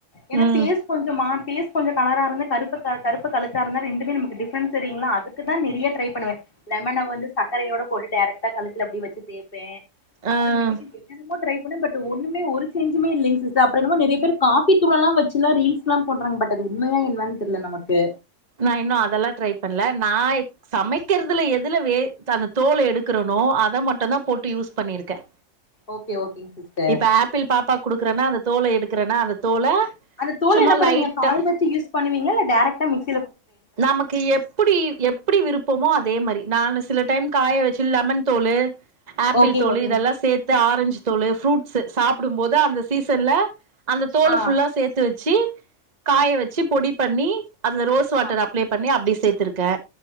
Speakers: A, on the left; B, on the right.
A: ஏன்னா
B: ம்
A: பேஸ் கொஞ்சமா பேஸ் கொஞ்சம் கலரா இருந்து கருப்பு கழு கருப்பு கழுத்தா இருந்தா ரெண்டுமே நமக்கு டிப்ரன்ஸ் தெரியும்ல அதுக்குதான் நெறைய ட்ரை பண்னுவேன் லெமனவந்து சக்கரையோட போட்டுட்டு டேரக்டா கழுத்துல அப்டியே வச்சி தே <unintelligible> அப்புறமேட்டு
B: ஆ
A: என்னென்னமோ ட்ரை பண்ண பட் ஒண்ணுமே <unintelligible> ஒரு சேஞ்சுமே இல்லிங் சிஸ்டர் அப்றம் என்னமோ நெறைய பேர் காபி தூள்ளாம் வச்சுலாம் ரீல்ஸ்ல்லாம் பண்றாங்க பட் அது உண்மையா என்னானு தெரில நமக்கு
B: நா இன்னும் அதெல்லாம் ட்ரை பண்ல நான் சமைக்கிறதுல எதுல வே அந்த தோல எடுக்கறனோ அத மட்டும்தான் போட்டு யூஸ் பண்ணிருக்கேன்
A: ஓகே ஓகேங்க சிஸ்டர்
B: இப்ப ஆப்பிள் பாப்பாக்கு குடுக்குறேன்னா அது தோல எடுக்கிறேன்னா அந்த தோல
A: அந்த தோல
B: சும்மா
A: என்ன பண்ணுவிங்க
B: லைட்டா
A: காய வச்சு யூஸ் பண்ணுவீங்க இல்ல டேரக்டா மிக்ஸ்
B: நமக்கு எப்டி எப்டி விருப்பமோ அதே மாரி நானு சில டைம் காய வச்சு லெமன் தோலு ஆப்பிள்
A: ஓகே
B: தோலு
A: ஓகேங்
B: இதெல்லாம் சேத்து ஆரஞ்சு தோலு ஃப்ரூட்ஸ் சாப்பிடும் போது அந்த சீசன்ல அந்த தோல்
A: ஆ
B: ஃபுல்லா சேர்த்துச்சு வச்ச காய வச்சு பொடி பண்ணி அதுல <unintelligible>
A: ஆ
B: அப்ளை பண்ணி அப்டி சேர்த்திருக்கே